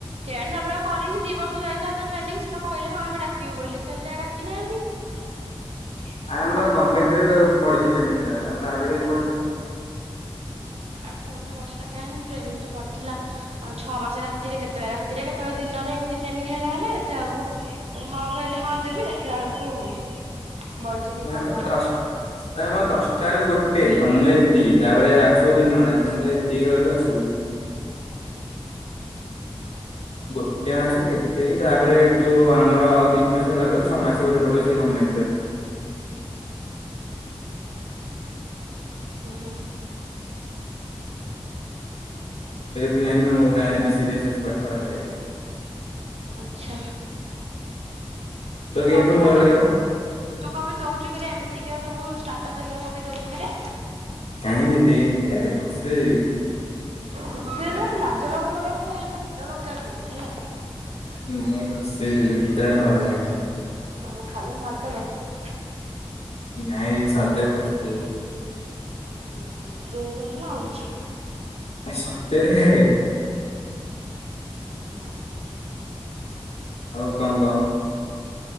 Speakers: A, on the right; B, on the left.
A: ଟେନ ତାପରେ ଆଉ କରିନି ଦି ବର୍ଷ ଯାଇଥିଲା ଟ୍ରେନିଂ ସେ ତ କହିଲେ ହଁ ଆମେ ଡାକିବୁ ବୋଲି ସେ ଏଯାଏ ଡାକିନାହାନ୍ତି। ହ
B: ଆ ଆମର ଗମେଣ୍ଟ ରେ ପଢିଛି ଟ୍ରେନିଙ୍ଗ।
A: କୋଉ ପଥିଲା କାହିଁକ ଟ୍ରେନିଂ ତ ପଡିଥିଲା ଛଅ ମାସ ରାତିରେ କେତେବେଳେ ରାତିରେ କେତେ ଳେ ଦିନରେ ଏମିତି ଟ୍ରେନିଂ ହେଲା ହେଲା ଏଥିଲା ବଳକୁ ତା ହଁ କହିଲେ ହଁ ଦେବି ଦେଖିଲା ବେଳକୁ ବଇଚି ଦି
B: ଏ
A: ବର୍ଷ
B: <unintelligible>
A: ହେଲା ଘରେ।
B: କରୁ ଗୋଟେ ସମୁଦାୟକ ଏତିକି ତାପରେ ଆସ ତିନି ଘଣ୍ଟା ସମୟ ଏତିକି ଘରକୁ ଆସିବୁ।
A: ହ
B: ଗୋଟେ ମାସ କେତେ ତାପରେ ଏଠୁ ଆମର ଆଉ ଦି ତିନି ମାସ ଗଲା ପରେ ଛଅ ମାସ ଗୋଟେ ପଢିବ ସେଇ ଗମେଣ୍ଟରେ।
A: ହୁଁ ହୁଁ।
B: ସିରିୟସ୍ ଅଛି ପାଠଢାରେ।
A: ଆଚ୍ଛା।
B: ତୋର କେବେ
A: ହଁ
B: ପୁଣି
A: ତୁ
B: ଡର
A: କବି
B: ଲାଗିବ
A: ତୁ କବି ଦଉଛୁ କି? ଏତିକିକା ସବୁ ଷ୍ଟାଟସ୍ ହେରିକା କପି ଦେଉଛୁ କିରେ?
B: କାହିଁକି ଦି ଏ ଗଟେ ଖୁସିରେ ଦେଇଥିଲି?
A: ଖୁସିରେ ଲାଜ ଲାଗନର ହେ ଏହାର ମାଡ ଦରକାର ଯେତ ହେଲା।
B: ଆ ନାଇଁ ଖୁସି ହେଇ ଗୀତଟେ ଭଲ ଲାଗିଲା
A: ହଁ ଖାଲି ମାଡ ଦରକାର।
B: ନାଇଁ ସତରେ ଖୁସି
A: କ୍ଷତରେ ଯ ଦଉଛି ନା ଆଉ କିଛି
B: ସତରେ
A: ହଁ।
B: ଆଉ କଣ କ?